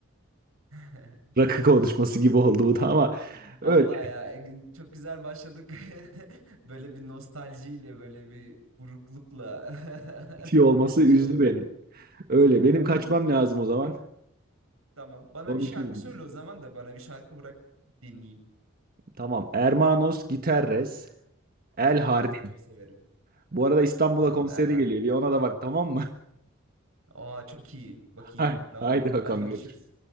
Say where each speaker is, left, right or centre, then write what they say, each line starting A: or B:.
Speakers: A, on the right; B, on the right.
A: <laughs>
B: Rakı konuşması gibi oldu bu da ama
A: Vallahi
B: öyle
A: ya Egün, çok güzel başladık. <laughs> Böyle bir nostaljiyle böyle bir buruklukla
B: bitiyor olması
A: <laughs>
B: üzdü
A: şey oldu.
B: beni. Öyle
A: <laughs>
B: benim
A: Aynen.
B: kaçmam lazım o zaman.
A: Tamam. Bana
B: Konuşuruz.
A: bir şarkı
B: yine.
A: söyle o zaman da bana bir şarkı bırak dinleyeyim.
B: Tamam. Hermanos Gitarres El Hardin.
A: Of çok severim.
B: Bu arada İstanbul'a
A: Tamam
B: konseri
A: El Harbi.
B: geliyor. Bir ona da bak tamam mı?
A: Aa çok iyi.
B: <laughs>
A: Bakayım.
B: Haydi,
A: Tamam.
B: haydi bakalım
A: Hadi görüşürüz.
B: görüşürüz.